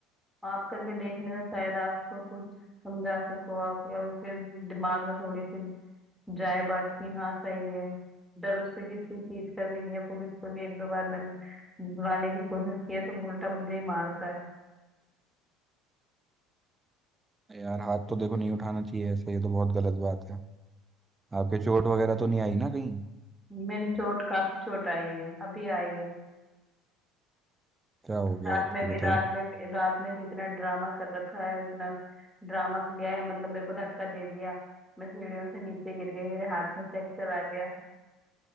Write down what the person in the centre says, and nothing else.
आप करके देख लेना शायद आपको कुछ समझा सको आप या उनके दिमाग में थोड़ी सी जाए बात की हाँ सही है डर उससे किसी चीज का भी नहीं है पुलिस को भी एक दो बार मैंने बुलाने की कोशिश की है तो वो उल्टा मुझे ही मारता है
मेरी चोट काफी चोट आई है अभी आई है
रात
में भी
रात में भी रात में भी इतना ड्रामा कर रखा है इतना ड्रामा गया है मतलब मेरे को धक्का दे दिया मैं सीढ़ियों से नीचे गिर गई मेरे हाथ में फ्रैक्चर आ गया